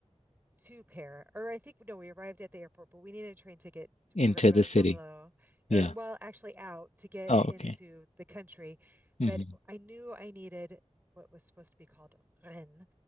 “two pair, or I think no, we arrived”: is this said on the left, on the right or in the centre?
Right